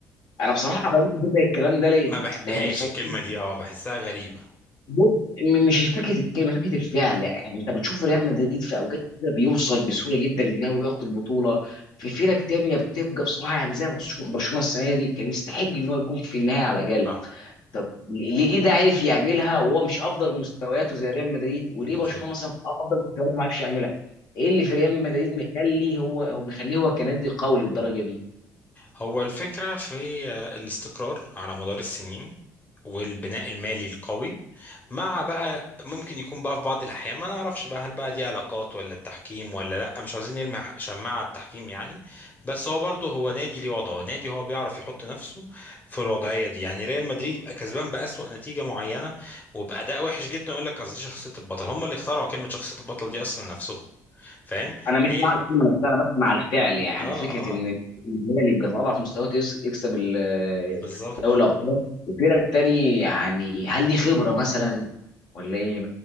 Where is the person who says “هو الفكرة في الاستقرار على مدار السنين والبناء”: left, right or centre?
Left